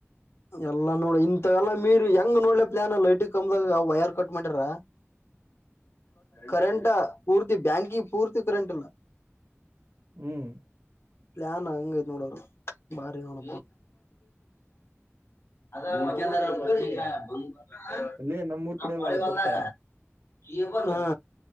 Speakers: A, on the left; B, on the right.
A: ಎಲ್ಲ ನೋಡಿ ಇಂಥ ಎಲ್ಲ ಮೀರ್ ಹೆಂಗ ನೋಡ್ಲಿ. ಏಾನ ಲೈಟ್ ಕಮ್ದಾಗ ವೈರ್ ಕಟ್ ಮಾಡಿರ. ಕರೆಂಟ್ ಪೂರ್ತಿ ಬ್ಯಾಂಕಿ ಪೂರ್ತಿ ಕರೆಂಟ್ಲ್ಲ.
B: ಹ್ಮ್
A: ಪ್ಲಾನ್ ಹಂಗಐತ್ ನೋಡೋರು ಬಾರಿ ನೋಡ. ಅದ ಬಂದ ಬ
B: ಇಲ್ಲಿ ನಮ್ಮೂರ್ ಕಡೆ
A: ನಮಳಿ
B: ಏನ್ ಮಾಡಾರ್
A: ಬಂದದಾಗ
B: ಗೊತ್ತಾ
A: <unintelligible> ಇೋಗನು ಹಾ